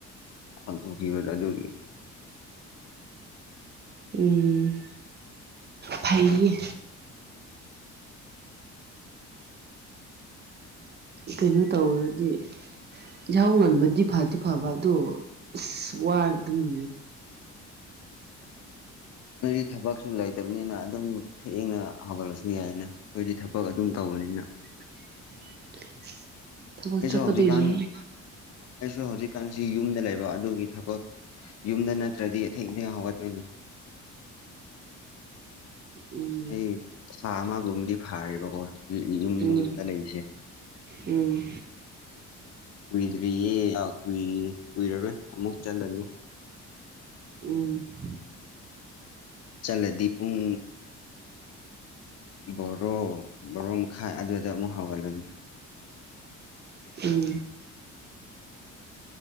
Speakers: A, on the left (about 55°); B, on the right (about 35°).
A: ꯑ ꯇꯨꯡ ꯐꯤꯕꯦꯗꯗꯦꯔꯤ
B: ꯎꯝ ꯐꯩꯌꯦ ꯀꯩꯅꯣ ꯇꯧꯔꯗꯤ ꯏꯍꯧ ꯉꯟꯕꯗꯤ ꯐꯗꯤ ꯐꯕ ꯑꯗꯣ ꯑꯁ ꯋꯥꯒꯅꯤꯌꯦ
A: ꯅꯗꯤ ꯊꯕꯛꯁꯨ ꯂꯩꯇꯕꯅꯤꯅ ꯑꯗꯨꯝ ꯊꯦꯡꯅ ꯍꯧꯒꯠꯂꯁꯨ ꯌꯥꯏꯅ ꯑꯩꯈꯣꯏꯗꯤ ꯊꯕꯛ ꯑꯗꯨꯝ ꯇꯧꯕꯅꯤꯅ
B: <unintelligible>
A: ꯑꯩꯁꯨ
B: ꯆꯠꯀꯗꯣꯏꯅꯦꯍꯦ
A: ꯍꯧꯖꯤꯛꯀꯥꯟ ꯑꯩꯁꯨ ꯍꯧꯖꯤꯛꯀꯥꯟꯁꯤ ꯌꯨꯝꯗ ꯂꯩꯕ ꯑꯗꯨꯒꯤ ꯊꯕꯛ ꯌꯨꯝꯗ ꯅꯠꯇ꯭ꯔꯗꯤ ꯑꯊꯦꯡ ꯏꯊꯦꯡ ꯍꯧꯒꯠꯇꯣꯏꯅꯤ
B: ꯎꯝ
A: ꯑꯦ ꯆꯥꯃꯥꯒꯨꯝꯨꯝꯗꯤ ꯐꯥꯔꯔꯤꯕ ꯀꯣ ꯎꯝ ꯌꯨꯝ
B: ꯎꯝ
A: ꯌꯨꯝꯗ ꯂꯩꯁꯦ
B: ꯎꯝ
A: ꯀꯨꯏꯗ꯭ꯔꯤꯌꯦ ꯀꯨꯏ ꯀꯨꯏꯔꯔꯣꯏ ꯑꯃꯨꯛ ꯆꯟꯗꯅꯤ
B: ꯎꯝ
A: ꯆꯂꯦꯗꯤ ꯄꯨꯡ ꯕꯣꯔꯣ ꯕꯣꯔꯣ ꯃꯈꯥꯏ ꯑꯗꯨꯗ ꯑꯃꯨꯛ ꯍꯧꯒꯠꯂꯅꯤ
B: ꯎꯝ